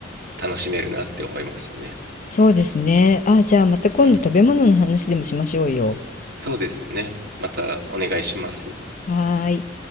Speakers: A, on the right; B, on the left.
A: 楽しめるなって思いますね。
B: そうですね。あ、じゃあまた今度食べ物の話でもしましょうよ。
A: うん。そうですね。またお願いします。
B: はーい。